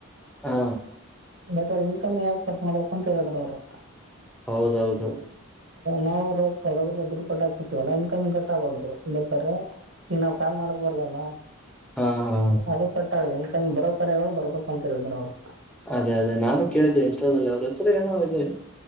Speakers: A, in the centre; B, on the right.
A: ಹಾ
B: ಬೇಕಾದ್ರೆ ಇನ್ಕಮ್ ಯಾಕ ಕಟ್ ಮಾಡ್ಬೇಕು ಅಂತ ಹೇಳಿದ್ರ ಅವರು
A: ಹೌದೌದು
B: ನಾವು ದುಡ್ಡು ಕೊಟ್ಟ ಹಾಕಿರ್ತೀವಲ್ಲ ಇನ್ಕಮಿ ಕಟ್ಟಬಾರಡ್ದುದು ಬೇಕಾದ್ರೆ ಏ ನಾವ್ ಕಾಲ್ ಮಾಡಕ್ ಬರ್ಲಲ್ಲ
A: ಹಾ ಹಾ
B: ಅದು ಕಟ್ಟಾಗಲಿ ಇನ್ ಕಮಿಂಗ್ ಬರೋಕರ್ಯ ಬರ್ಬೇಕಂತ ಹೇಳಿದ್ರ ಅವ್ಳು
A: ಅದೇ ಅದೇ ನಾನು ಕೇಳಿದ್ದೆ ಇನ್ಷ್ಟಾದಲ್ಲಿ ಅವ್ರ ಹೆಸರು ಏನೋ ಇದೆ